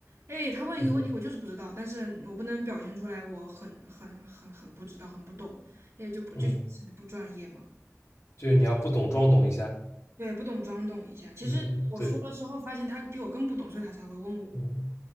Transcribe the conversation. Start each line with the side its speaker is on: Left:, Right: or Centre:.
Right: 哎，他问一个问题，
Left: 嗯
Right: 我就是不知道，但是我不能表现出来我很很很很不知道，很不懂，也就不就显得不专业嘛。
Left: 嗯，就是你要不懂装懂一下。
Right: 对，不懂装懂一下。其实我说了之后，
Left: 嗯嗯，对。
Right: 发现他比我更不懂，所以他才会问我。
Left: 嗯